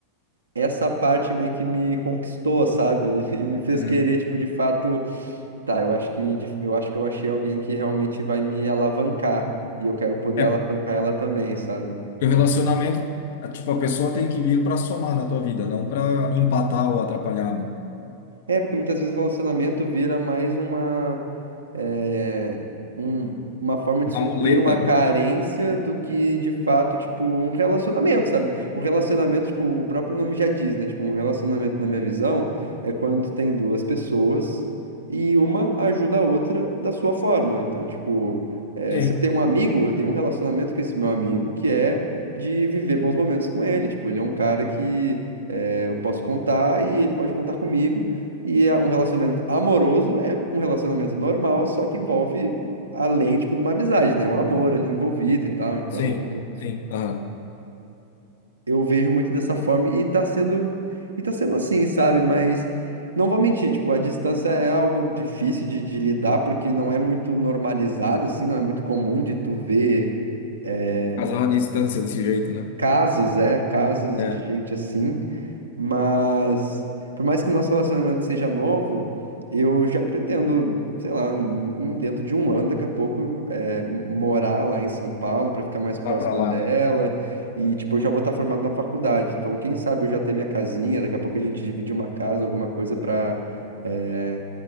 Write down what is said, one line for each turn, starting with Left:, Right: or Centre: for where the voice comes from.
Right: Essa parte meio que me conquistou, sabe? <laughs> E me fez
Left: Uhum.
Right: querer, tipo, de fato, tá, eu acho que de- eu acho que eu achei alguém que realmente vai me alavancar e eu quero poder
Left: É,
Right: alavancar ela também, sabe?
Left: porque o relacionamento, a- tipo, a pessoa tem que vir para somar na tua vida, não para empatar ou atrapalhar, né?
Right: É, porque muitas vezes o relacionamento vira mais uma, eh, um- uma forma de
Left: Uma
Right: suprir
Left: muleta,
Right: uma carência
Left: né?
Right: do que, de fato, tipo, um relacionamento, sabe? Um relacionamento, tipo, o próprio nome já diz, né? Tipo, um relacionamento, na minha visão, é quando tem duas pessoas e uma ajuda a outra da sua forma. Então, tipo, eh,
Left: Sim,
Right: se eu tenho um amigo, eu tenho um relacionamento com esse meu amigo que é de viver bons momentos com ele. Tipo, ele é um cara que eh, eu posso contar e ele pode contar comigo. E a- um relacionamento amoroso é um relacionamento normal, só que envolve além, tipo, de uma amizade, né? O amor ali envolvido e tal. Então,
Left: sim, sim. Aham.
Right: eu vejo muito dessa forma e tá sendo e tá sendo assim, sabe? Mas não vou mentir, tipo, a distância é algo difícil de, de lidar porque não é muito normalizado assim, não é muito comum de tu ver é,
Left: Casal à distância desse jeito, né?
Right: casos, é, casos
Left: É.
Right: de gente assim. Mas, por mais que o nosso relacionamento seja novo, eu já pretendo, sei lá, em- dentro de um ano, daqui a pouco, é, morar lá em São Paulo para ficar mais próxima
Left: Lá para lá,
Right: dela.
Left: né?
Right: E, tipo, eu já vou estar formado na faculdade. Então, quem sabe eu já ter minha casinha, daqui a pouco a gente divide uma casa, alguma coisa pra. é,